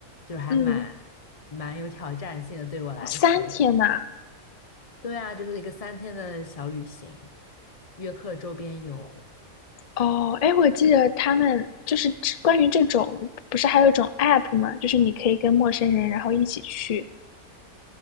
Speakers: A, on the left (about 25°); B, on the left (about 80°).
A: 就是还蛮蛮有挑战性的，
B: 嗯，
A: 对我来说。
B: 哦三天呐，
A: 对啊，就是一个三天的小旅行，约克周边游。
B: 哦，哎，我记得他们就是关于这种，不是还有一种 app 吗？就是你可以跟陌生人然后一起去，